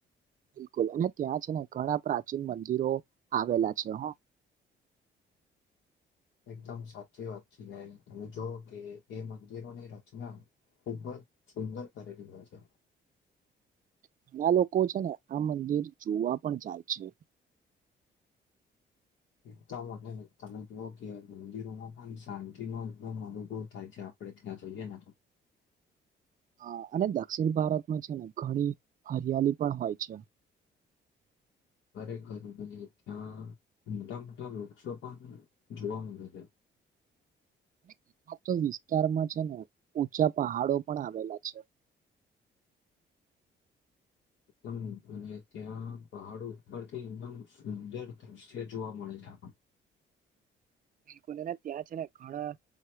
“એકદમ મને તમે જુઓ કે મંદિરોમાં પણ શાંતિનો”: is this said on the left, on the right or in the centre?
Left